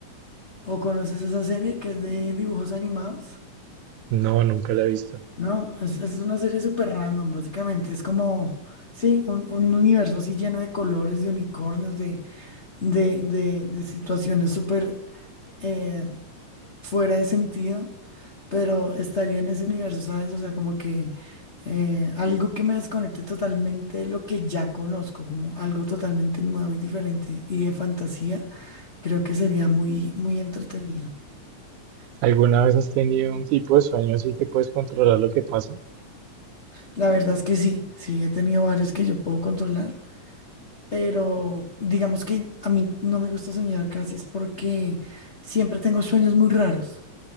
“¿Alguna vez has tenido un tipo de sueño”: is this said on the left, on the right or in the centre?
Right